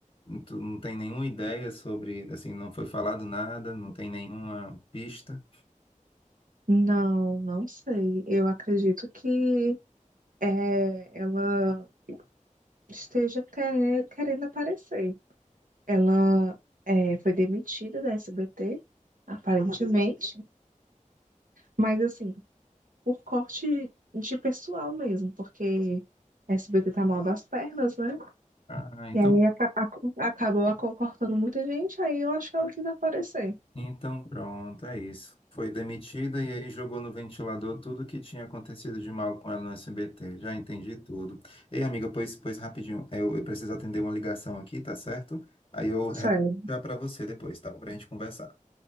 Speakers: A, on the left (about 40°); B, on the right (about 85°).
A: tu não tem nenhuma ideia sobre, assim, não foi falado nada, não tem nenhuma pista.
B: Não, não sei. Eu acredito que é, ela esteja querendo, querendo aparecer. Ela é, foi demitida da SBT, aparentemente, mas assim, por corte de pessoal mesmo, porque a SBT tá mal das pernas, né?
A: Ah, então
B: E aí aca- acu- acabou aco- cortando muita gente, aí eu acho que ela quis aparecer.
A: Então, pronto, é isso. Foi demitida e aí jogou no ventilador tudo que tinha acontecido de mal com ela no SBT. Já entendi tudo. Ei, amiga, pois, pois rapidinho, eu, eu preciso atender uma ligação aqui, tá certo? Aí eu retorno
B: Sério,
A: já para você depois, tá bom? Pra gente conversar.